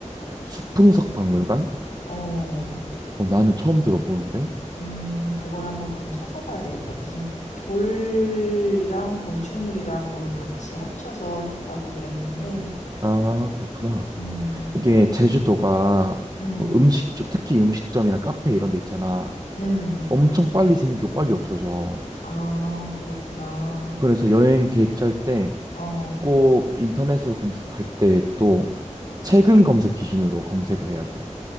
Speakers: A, on the right; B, on the left.
A: 수풍석 박물관?
B: 어.
A: 어, 나는 처음 들어보는데.
B: 음, 그걸 한번 그럼 찾아봐야 되겠다. 무슨 돌이랑 건축물이랑 뭘 같이 합쳐서 했다고 그랬는데,
A: 아, 그렇구나.
B: 음,
A: 이게 제주도가
B: 음,
A: 뭐 음식점, 특히 음식점이나 카페 이런 데 있잖아.
B: 음.
A: 엄청 빨리 생기고 빨리 없어져.
B: 아, 그렇구나.
A: 그래서 여행 계획 짤 때
B: 어,
A: 꼭 인터넷으로 검색할 때 또 최근 검색 기준으로 검색을 해야 돼.